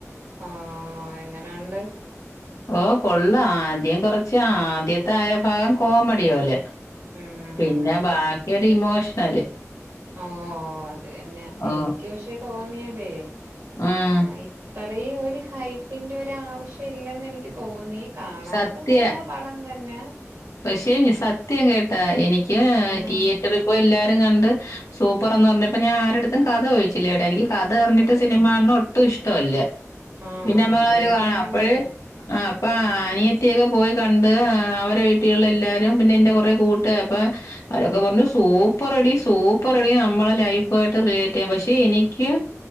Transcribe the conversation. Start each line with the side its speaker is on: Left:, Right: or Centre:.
Right: ആഹ് എങ്ങനെയൊണ്ട്?
Left: ഓഹ് കൊള്ളാം, ആദ്യം കൊറച്ച് ആദ്യത്തെ അര ഭാഗം കോമഡി പോലെ.
Right: ഉം
Left: പിന്നെ
Right: ഉം
Left: ബാക്കിയൊരു ഇമോഷണല്.
Right: ഓ അതന്നെ
Left: ഓ
Right: എനിക്ക് പക്ഷേ തോന്നിയതേ
Left: ഉം
Right: ആ ത്തറീ ഒരു ഹൈപ്പിന്റെ ഒരാവശ്യം ഇല്ലെന്ന് എനിക്ക് തോന്നി. കാണാനൊക്കെ
Left: സത്യ
Right: സൂപ്പർ പടം തന്നെ.
Left: പക്ഷേ ഞ സത്യം കേട്ടാ എനിക്ക്
Right: ഉം
Left: തിയേറ്ററിൽപ്പോയ് എല്ലാരും കണ്ട്. സൂപ്പർന്ന് പറഞ്ഞപ്പ ഞൻ ആരെടുത്തും കഥ ചോദിച്ചില്ലേട്ടാ. എനിക്ക് കഥ അറിഞ്ഞിട്ട്
Right: ഉം
Left: സിനിമാണേ
Right: ഉം
Left: ഒ ട്ടും ഇഷ്ട്ടോല്ല
Right: ആ
Left: പിന്നെമ്മളൊരു
Right: ആ അതെനിക്കും
Left: കാണാ
Right: അങ്ങനെന്നെ
Left: അപ്പഴ് ആഹ് അപ്പാ ആ നിയത്തിയൊക്കെ പോയി കണ്ട്. ആ അവരെ വീട്ടിലുള്ള എല്ലാരും. പിന്നെ എൻ്റെ കൊറെ കൂട്ട് അപ്പൊ അവരൊക്കെ പറഞ്ഞു സൂപ്പർടി സൂപ്പർടി നമ്മളെ ലൈഫായിട്ട് റിലേറ്റ് ചെയ്യ. പക്ഷെ എനിക്ക്